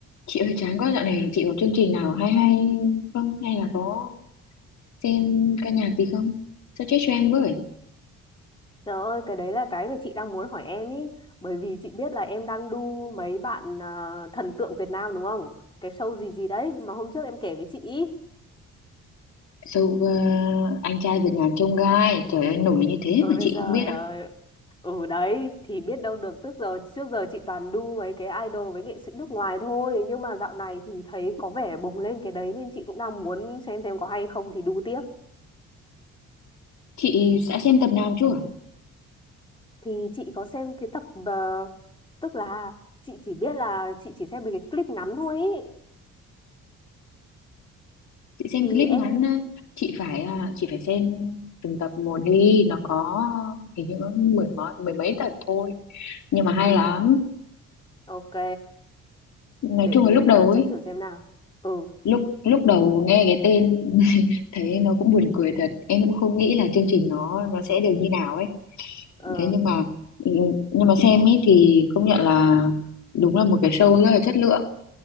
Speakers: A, on the left; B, on the left.
A: Chị ơi chán quá dạo này chị có chương trình nào hay hay không hay là có xem ca nhạc gì không sao chết cho em với
B: Trời ơi, cái đấy là cái mà chị đang muốn hỏi em ý. Bởi vì chị biết là em đang đu mấy bạn à, thần tượng Việt Nam đúng không? Cái show gì gì đấy mà hôm trước em kể với chị ý.
A: so, ờ, anh trai vượt ngàn chông gai trời ơi nổi như thế
B: Ôi
A: mà chị
B: giời
A: không biết
B: ơi,
A: à
B: ừ đấy, thì biết đâu được. Tức giờ, trước giờ chị toàn đu mấy cái idol với nghệ sĩ nước ngoài thôi. Nhưng mà dạo này thì thấy có vẻ bùng lên cái đấy nên chị cũng đang muốn xem xem có hay không thì đu tiếp.
A: chị sẽ xem tập nào chưa
B: Thì chị có xem cái tập, ờ, tức là chị chỉ biết là chị chỉ xem mấy cái clip ngắn thôi ý.
A: chị xem
B: Thì
A: clip
B: em,
A: ngắn ờ, chị phải à, chị phải xem từng tập một đi nó có hình như có mười mấy mười mấy tập thôi nhưng mà hay
B: ừ,
A: lắm
B: ok.
A: nói
B: để
A: chung
B: về
A: là lúc đầu
B: ờ,
A: ấy
B: check thử xem nào ừ
A: lúc lúc đầu nghe cái tên <laughs> thấy nó cũng buồn cười thật em cũng không nghĩ là chương trình nó nó sẽ được như nào ấy
B: ờ
A: đấy nhưng mà ừ, nhưng mà xem ấy thì công nhận là đúng là một cái show rất là chất lượng